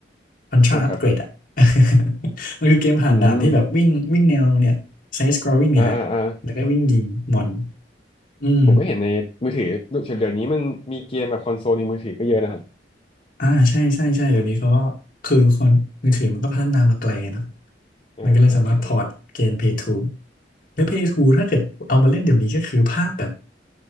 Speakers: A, on the left; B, on the left.
A: คอนทราอัปเกรดอ่ะ
B: อ่าครับ
A: <laughs> มันคือเกมผ่านด่านที่แบบวิ่งวิ่งแนวเนี่ยไซส์สครอลลิ่งเนี่ยแหละแล้วก็วิ่งยิงมอน
B: อืมอ่าอ่าอ่า
A: อืม
B: ผมก็เห็นในมือถือเดี๋ยวนี้มันมีเกมแบบคอนโซลในมือถือก็เยอะนะครับ
A: อ่าใช่ใช่ใช่เดี๋ยวนี้เขาก็คือคนมือถือมันก็พัฒนามาไกลอะเนาะ
B: อ่าใช่ใช่
A: มันก็เลยสามารถพอร์ตเกมพ l a y แล้วพ l a y ถ้าเกิดเอามาเล่นเดี๋ยวนี้ก็คือภาพแบบ